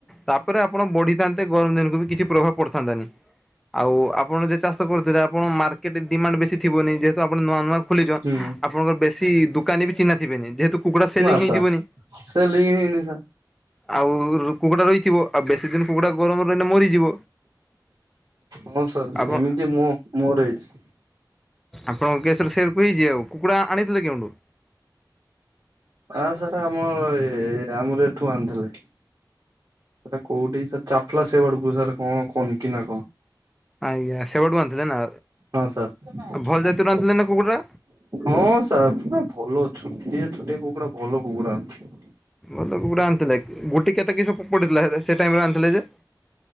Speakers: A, in the centre; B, on the right.
A: ତାପରେ ଆପଣ ବଢିଥାନ୍ତେ ଗରମ ଦିନକୁ ବି କିଛି। ପ୍ରଭାବ ପଡିଥାନ୍ତା ନି ଆଉ ଆପଣ ଯେ ଚାଷ କରୁଥିଲେ ଆ ଆପଣଙ୍କ ମାର୍କେଟ ଡିମାଣ୍ଡ ବେଶୀ ଥିବନିଁ ଯେହେତୁ ଆପଣ ନୂଆ ନୂଆ ଖୋଲିଛନ୍
B: ହୁଁ
A: ଆପଣଙ୍କର ବେଶୀ ଦୁ ଦୋକାନୀ ବି ଚିହ୍ନା ଥିବେନି ଯେହେତୁ କୁକୁଡ଼ା ସେଲିଂ
B: ନା
A: ହେଇଥିବନି।
B: ସାର୍ ସେ ଲିଙ୍କ୍ ହେଇନି ସାର୍
A: ଆଉ କୁକୁଡ଼ା ରହିଥିବ ଆଉ ବେଶୀ ଦିନ କୁକୁଡ଼ା ଗରମରେ ରହିଲେ ମରିଯିବ।
B: ହଁ ସାର୍
A: ଆପଣ
B: ସେମିତି ମୁଁ ମୋର ହେଇଛି।
A: ଆପଣଙ୍କ କେସ୍ ରେ ସେରକୁ ‌ହେଇଛି ଆଉ କୁକୁଡ଼ା ଆଣିଥିଲେ କେଉଁଠୁ।
B: ହଁ ସାର୍ ଆମ ଏ ଆମର ଏଠୁ ଆଣିଥିଲି। ସେଟା କୋଉଠି ସାର୍ ଚାପ୍ଲା ସେ ଆଡ଼କୁ ସାର୍ କଣ କନନ୍କିି ନା କଁ।
A: ଆଜ୍ଞା ସେ ବାଡୁ ଆଣିଥିଲେ ନା।
B: ହଁ ସାର୍।
A: ଭଲ ଜାତିରୁ ଆଣିଥିଲେ ନା କୁକୁଡ଼ା
B: ହଁ ସାର୍ ପୁରା ଭଲ ଛୋଟିଆ ଛୋଟିଆ କୁକୁଡ଼ା ଭଲ କୁକୁଡ଼ା ଆଣିଥିଲି।
A: ଭଲ କୁକୁଡ଼ା ଆଣିଥିଲେ ଗୋଟେ କେତେ କିଶ ପଡିଥିଲା ସେତେ ସେ ଟାଇମ୍ ରେ ଆଣିଥିଲେ ଯେ।